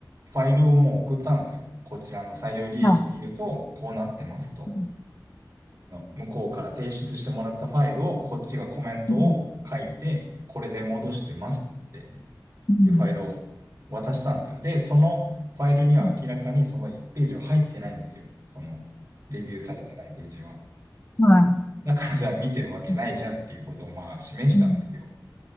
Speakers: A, on the right; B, on the left.
A: ファイルをもう送ったんですよ。こちらの採用履歴見ると、
B: は
A: こうなってますと。
B: い。うん。
A: の向こうから提出してもらったファイルを、こっちがコメントを書いて、
B: うん。
A: これで戻してますって
B: うん。
A: いうファイルを渡したんですよ。で、そのファイルには明らかにその1ページは入ってないんですよ。
B: う
A: その、レビューされてないページは。
B: んは
A: だからじゃあ見てるわけないじゃんっていうことをまあ示したんですよ。
B: い。うん。